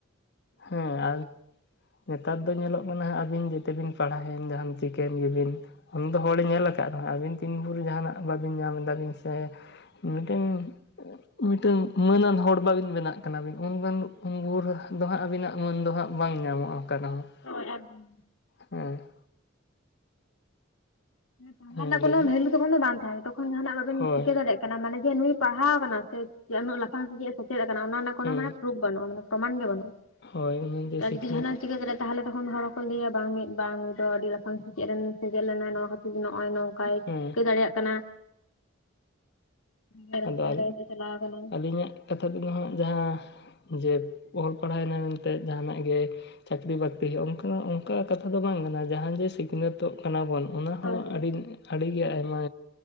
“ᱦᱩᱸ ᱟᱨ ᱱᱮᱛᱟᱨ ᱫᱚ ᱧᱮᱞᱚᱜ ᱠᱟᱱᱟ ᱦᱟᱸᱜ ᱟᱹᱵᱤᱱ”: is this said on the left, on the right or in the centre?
Left